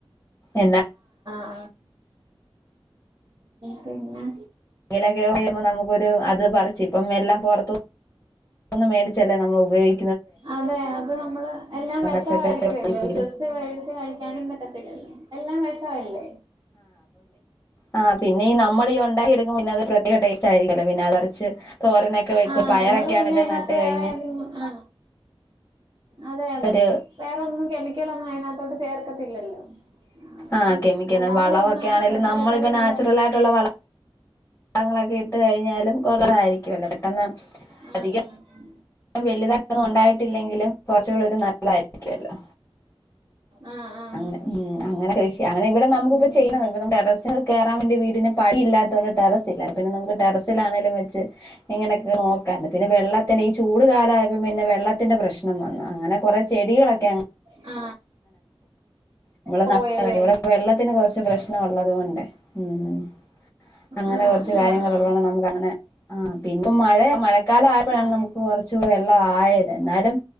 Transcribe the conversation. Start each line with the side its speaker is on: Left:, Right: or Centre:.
Left: എന്നാ
Right: ആ പിന്നെ
Left: <unintelligible> അത് പറിച്ച് ഇപ്പം എല്ലാം പുറത്തൂ ഒന്നും മേടിച്ചല്ലേ നമ്മൾ ഉപയോഗി
Right: അതെ അത് നമ്മള് എല്ലാം വിഷമായിരിക്കുവല്ലോ
Left: പച്ചക്കറി ആണെങ്കിലും
Right: വിശ്വസിച്ച് മേടിച്ച് കഴിക്കാനും പറ്റത്തില്ലല്ലോ എല്ലാം വിഷമല്ലേ
Left: ആ് പിന്നെഈ നമ്മളീ ഉണ്ടാക്കിയെടുക്കുമ്പോ പിന്നെ അത് ഒരു പ്രത്യേക ടേസ്റ്റ് ആയിരിക്കല്ലോ പിന്നെ അതരച്ച് തോരനൊക്കെ വെക്കും
Right: ആഹ്
Left: പയറൊക്കെ
Right: നമ്മള് പിന്നെ
Left: ആണെലും
Right: അതിനകത്ത്
Left: നട്ട്
Right: വേറെ
Left: കഴിഞ്ഞ്
Right: ആ അതെ അതെ
Left: ഒരു
Right: വേറൊന്നും കെമിക്കലൊന്നും അതിനകത്തോട്ട് ചേർക്കത്തില്ലല്ലോ ആ
Left: ആഹ
Right: ഇത്
Left: കെമിക്കൽ
Right: അല്ലാതെ
Left: വളമൊക്കെ
Right: വരുന്ന
Left: ആണെലും
Right: ഏ,
Left: നമ്മളിപ്പ
Right: പച്ചക്കറിയെല്ലാം
Left: നാച്ചുറൽ ആയിട്ടുള്ള
Right: ഉം.
Left: വള ങ്ങളൊക്കെ ഇട്ട് കഴിഞ്ഞാലും കൊറവായിരിക്കും അല്ലോ പെട്ടെന്ന്
Right: ആ ആ
Left: അധികം വലിയതായ്ട്ടൊന്നും ഉണ്ടായിട്ടില്ലെങ്കിലും കൊറച്ചൂടൊരു നല്ല ല്ലായിരിക്കുവല്ലോ
Right: ആ ആ ആ
Left: അങ്ങ മ് അങ്ങനെ കൃഷി അങ്ങനെ ഇവിടെ നമുക്കിപ്പോചെയ്യണം
Right: ഉം.
Left: ന്നാലും ടെറസിൽ കേറാൻ വേണ്ടി വീട്ട പിന്നെ പടി ഇല്ലാത്തൊണ്ട് ടെറസ് ഇല്ല പിന്നെ നമുക്ക് ടെറസിലാണേലും വെച്ച് ഇങ്ങനെയൊക്കെ നോക്കാന്നു പിന്നെ വെള്ളത്തിന്റെ ഈ ചൂട് കാലമായപ്പോ പിന്നെ വെള്ളത്തിന്റെ പ്രശ്നവും വന്നു അങ്ങനെ കുറേ ചെടികളൊക്കെ അങ്ങ്
Right: ആ
Left: നമ്മള
Right: പോയല്ലേ
Left: നാട്ട് ഇവിടെ വെള്ളത്തിന് കുറച്ച് പ്രശ്നം നം ഉള്ളത് കൊണ്ടേ മ്ഹ് അങ്ങനെ
Right: ആ
Left: കുറച്ച് കാര്യങ്ങൾ
Right: ആ ആ ആ
Left: ഉള്ളതോണ്ട് നമുക്ക് അങ്ങനെ ആ പിന്നെ മഴ മഴക്കാല ആയപ്പോഴാണ്
Right: ആ
Left: നമുക്ക് കുറച്ചു വെള്ളം ആയത് എന്നാലും